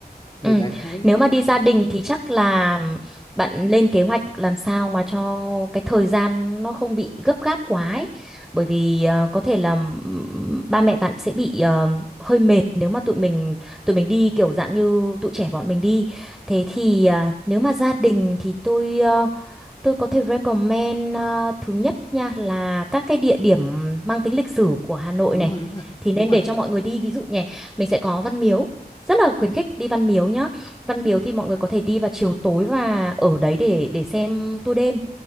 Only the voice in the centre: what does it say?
ừ.
Nếu mà đi gia đình thì chắc là bạn lên kế hoạch làm sao mà cho cái thời gian nó không bị gấp gáp quá ấy. Bởi vì
ờ, có thể là ừm, ba mẹ bạn sẽ bị ờ, hơi mệt nếu mà tụi mình tụi mình đi kiểu dạng như tụi trẻ bọn mình đi. Thế thì ờ, nếu mà gia đình thì tôi ờ, Tôi có thể recommend à, thứ nhất nha là các cái địa điểm mang tính lịch sử của Hà Nội
này
thì nên
để cho mọi người đi ví dụ nhỉ mình sẽ có Văn Miếu rất là khuyến khích đi Văn Miếu nhá Văn Miếu thì mọi người có thể đi vào chiều tối và ở đấy để để xem tour đêm